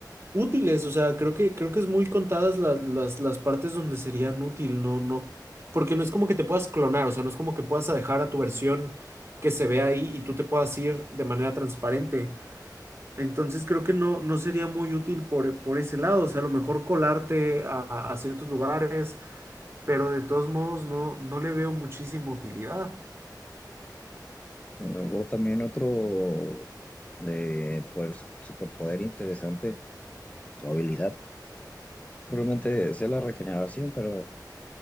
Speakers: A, on the right; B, on the left.
A: útiles, o sea, creo que, creo que es muy contadas las, las, las partes donde serían útil, no, no, porque no es como que te puedas clonar, o sea, no es como que puedas dejar a tu versión que se ve ahí y tú te puedas ir de manera transparente. Entonces creo que no, no sería muy útil por, por ese lado, o sea, a lo mejor colarte a, a ciertos lugares, pero de todos modos no, no le veo muchísima utilidad.
B: Eh, o también otro de pues, superpoder interesante, su habilidad. Probablemente sea la regeneración, pero